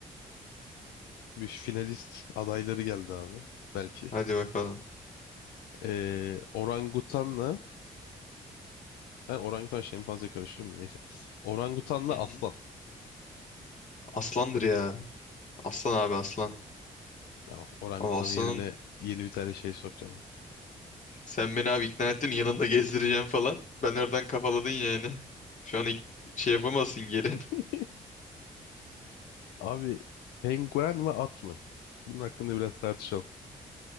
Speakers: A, on the left; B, on the left.
A: Bir finalist adayları geldi abi. Belki.
B: Hadi bakalım.
A: Ee, orangutanla ben orangutan şempanze karıştırıyorum da neyse. Orangutanla
B: Hı
A: aslan.
B: hı. Aslandır ya. Aslan abi aslan.
A: Tamam, orangutanın
B: Ama Aslan'ın
A: yerine yeni bir tane şey sokacağım.
B: sen beni abi ikna ettin yanında gezdireceğim falan. Ben oradan kafaladın yani. <laughs> Şu an ik- şey yapamazsın geri.
A: <laughs> Abi penguen mi at mı? Bunun hakkında biraz tartışalım.